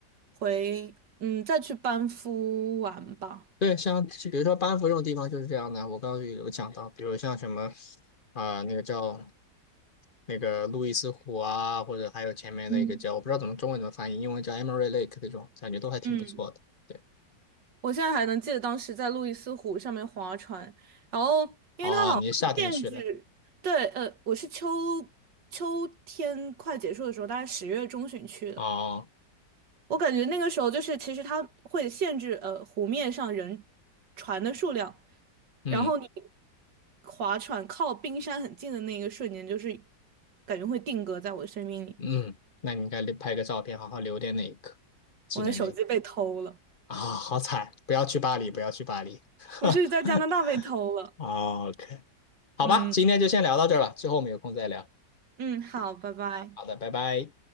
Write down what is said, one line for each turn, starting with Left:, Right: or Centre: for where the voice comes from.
Right: 回，嗯，再去班夫玩吧。
Left: 对，像就比如说班夫这种地方就是这样的。我刚刚有讲到，比如像什么啊、那个叫那个路易斯湖啊，或者还有前面那个叫我不知道怎么中文怎么翻译，
Right: 嗯，
Left: 英文叫 Emery Lake 这种，感觉都还挺不错的。
Right: 嗯，
Left: 对，
Right: 我现在还能记得当时在路易斯湖上面划船，然后因为它好像限制，
Left: 哦，你是夏天去的，
Right: 对，呃，我是秋秋天快结束的时候，大概十月中旬去的。
Left: 哦，
Right: 我感觉那个时候就是，其实它会限制呃湖面上人船的数量，
Left: 嗯
Right: 然后你划船靠冰山很近的那一个瞬间，就是感觉会定格在我的生命里。
Left: 嗯，那你应该拍个照片，好好留点那一刻，纪念那一刻
Right: 我的手机被偷了，
Left: 啊、好惨，不要去巴黎，不要去巴黎。<laughs>
Right: 我是在加拿大被偷了。
Left: OK，好吧，
Right: 嗯
Left: 今天就先聊到这儿了，之后我们有空再聊。
Right: 嗯，好，拜拜。
Left: 好的，拜拜。